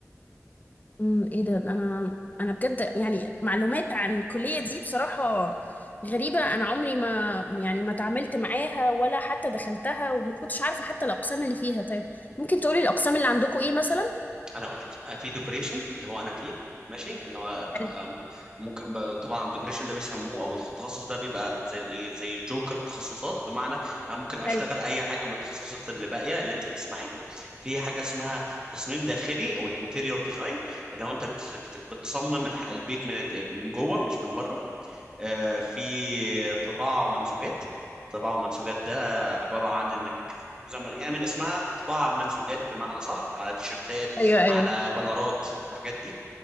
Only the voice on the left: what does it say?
امم ايه ده انا انا بجد يعني معلومات عن الكليه دي بصراحه غريبه انا عمري ما يعني ما تعاملت معاها ولا حتى دخلتها وما كنتش عارفه حتى الاقسام اللي فيها طيب ممكن تقولي الاقسام اللي عندكم ايه مثلا
حلو
حلو
ايوه ايوه